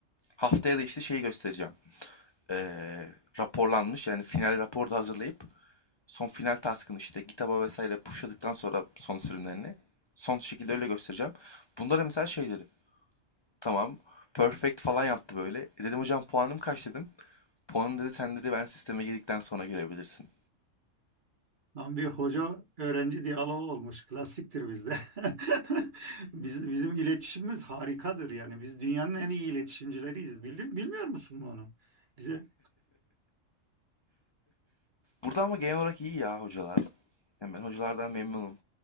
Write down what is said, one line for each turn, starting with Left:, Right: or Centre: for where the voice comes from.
Left: Haftaya da işte şeyi göstereceğim. Ee, raporlanmış yani final raporu da hazırlayıp son final taskını işte GitHub'a vesaire pushladıktan sonra son sürümlerini son şekilde öyle göstereceğim. Bunlara mesela şeyleri Tamam. Perfect falan yaptı böyle. E dedim hocam puanım kaç dedim. Puanım dedi sen dedi ben sisteme girdikten sonra görebilirsin.
Right: Tam bir hoca öğrenci diyaloğu olmuş. Klasiktir bizde. <laughs> Biz, bizim iletişimimiz harikadır yani. Biz dünyanın en iyi iletişimcileriyiz. Bili- bilmiyor musun bunu? Bize
Left: Burada ama genel olarak iyi ya hocalar. Yani ben hocalardan memnunum.